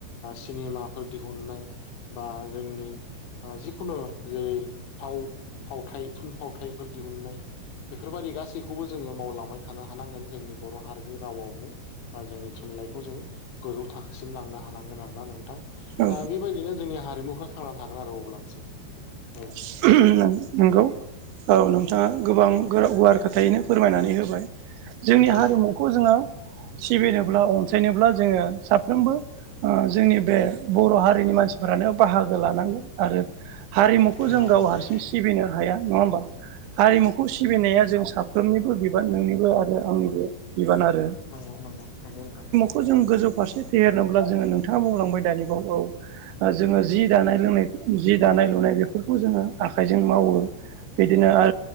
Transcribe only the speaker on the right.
औ
नों-नोंगौ औ नोंथाङा गोबां गुवार खोथायैनो फोरमायनानै होबाय जोंनि
हारिमु खौ जोङो सिबिनोब्ला अनसायनोब्ला जोङो साफ्रोमबो ओ जोंनि बे बर' हारिनि मानसिफोरानो बाहागो लानांगोन आरो हारिमुखौ
जों गाव
हारसिं सिबिनो हाया नङा होमबा हारिमुखौ सिबिनाया जों सा गासैनिबो बिबान नोंनिबो आरो आंनिबो बिबान आरो
खौ जों गोजौ फारसे फेहेरनोब्ला जोङो नोंथाङा बुंलांबाय दालिगावखौ औ ओ जोङो जि दानाय-लोंनाय जि दानाय-लुनाय बेफोरखौ जोङो आखाइजों मावो बिदिनो ओ